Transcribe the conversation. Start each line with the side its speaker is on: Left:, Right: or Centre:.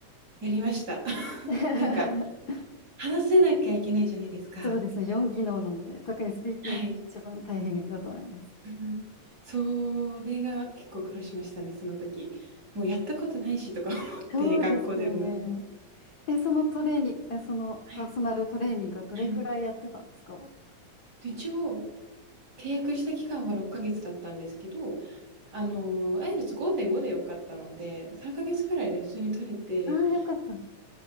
Right: やりました。<laughs>
Left: <laughs>
Right: なんか、話せなきゃいけないじゃないですか。
Left: そうですね。4技能なので、特にスピーキングが一番大変だと思います。
Right: はい。うんうんそれが結構苦労しましたね、その時。もうやったことないしとか思って、
Left: そうですよね。
Right: <laughs> 学校でも。
Left: え、そのトレーニング、えそのパーソナルトレーニングはどれくらいやってたんですか
Right: はい、はい。一応、契約した期間は6ヶ月だったんですけど、あの、IELTS5.5 で良かったので、3ヶ月ぐらいで普通に取れて、
Left: ああー、よかった。